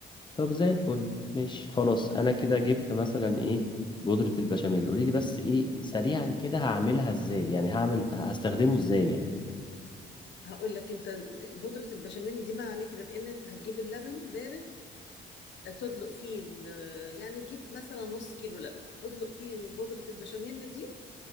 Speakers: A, on the left (about 25°); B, on the left (about 65°).
A: طب زي الفل ماشي خلاص انا كده جبت مثلا ايه بودرة البشاميل قولي لي بس ايه سريعا كده هعملها ازاي يعني هعمل هستخدمه ازاي يعني
B: هقول لك انت ال- بودرة البشاميل دي ما عليك غير ان انت هتجيب اللبن بارد آه، تدلق فيه ال- آه، يعني تجيب مثلا نص كيلو لبن ادلق فيه بودرة البشاميل دي